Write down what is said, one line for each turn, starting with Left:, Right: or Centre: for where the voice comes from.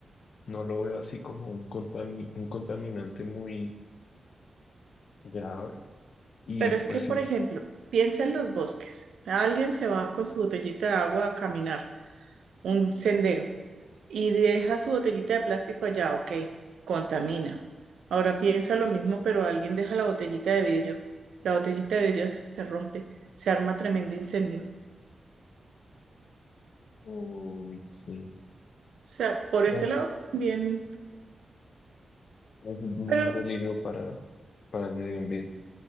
Left: no lo veo así como un contami- un contaminante muy grave y
Right: Pero
Left: pues
Right: es que, por
Left: sí.
Right: ejemplo, piensa en los bosques. Alguien se va con su botellita de agua a caminar un sendero y deja su botellita de plástico allá, ok, contamina. Ahora piensa lo mismo, pero alguien deja la botellita de vidrio. La botellita de vidrio se rompe, se arma tremendo incendio.
Left: Uy, sí.
Right: O sea, por
Left: Bueno,
Right: ese lado también,
Left: es un
Right: pero
Left: peligro para, para el medio ambiente.